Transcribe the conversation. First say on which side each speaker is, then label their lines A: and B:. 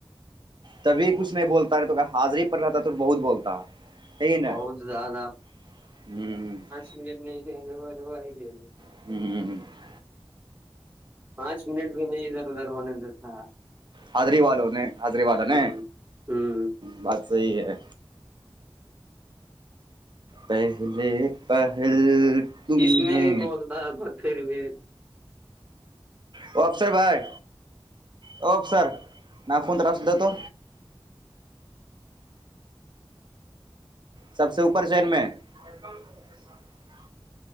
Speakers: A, on the right; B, on the right.
A: تبھی کچھ نہیں بولتا توگر حاضری رہتا تو بہت بولتا ہے یہی نہیں
B: بہت زیادہ
A: ہوں
B: نہیں نہیں نہیں ہو ہو ہی نہیں
A: <inaudible>
B: پانچ منٹ بھی نہیں ادھر ادھر ہونے دیتا
A: حضری والوں نے حضری والا نے
B: ہ ہ
A: بات صحیح ہے پہلے پہل تم
B: اس میں
A: نے
B: بھی بولتا ہے پر پھر بھی
A: او افسر بھائی او افسر ناخون رس تو سب سے اوپر شہر میں کک